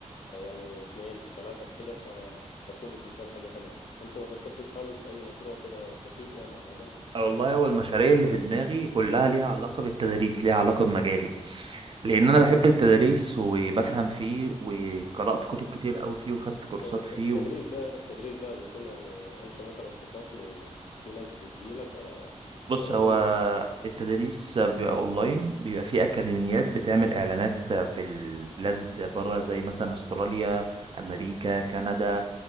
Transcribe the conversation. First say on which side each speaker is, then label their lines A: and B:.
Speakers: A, on the left; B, on the right.
A: آه، يعني اتنين في ثلاثه في كده فهتكون بالنسبه لي حاجه حلوه يعني انت ما فكرتش خالص في اي مشروع كده بسيط يعني على الاقل
B: والله هو المشاريع اللي في دماغي كلها ليها علاقة بالتدريس ليها علاقة بمجالي لأن أنا بحب التدريس وبفهم فيه وقرأت كتب كتير أوي فيه وخدت كورسات
A: طب الت-
B: فيه
A: التدريس ده التدريس ده بيكون يعني انت مثلا في فصل و- وفي ناس بتجيلك ولا
B: بص
A: ولا
B: هو
A: كله اونلاين
B: التدريس بيبقى اونلاين بيبقى في اكاديميات بتعمل اعلانات في البلاد بره زي مثلا استراليا امريكا كندا